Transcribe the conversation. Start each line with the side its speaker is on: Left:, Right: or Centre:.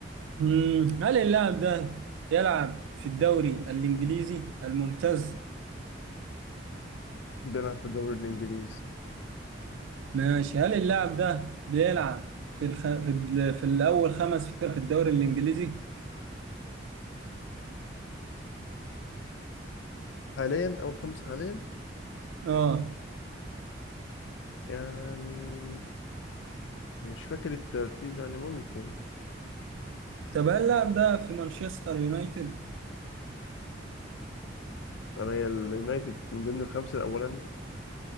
Right: مم. هل اللاعب ده يلعب في الدوري الإنجليزي الممتاز
Left: بيلعب في الدوري الانجليزي
Right: ماشي هل اللاعب ده بيلعب في الخ... في, ال... في الأول خمس فرق في الدوري الإنجليزي
Left: حاليا اول خمسة حاليا
Right: اه
Left: يعني مش فاكر الترتيب يعني ممكن
Right: طب هل اللاعب ده في مانشستر يونايتد
Left: طب هي اليونايتد من ضمن الخمسة الأولا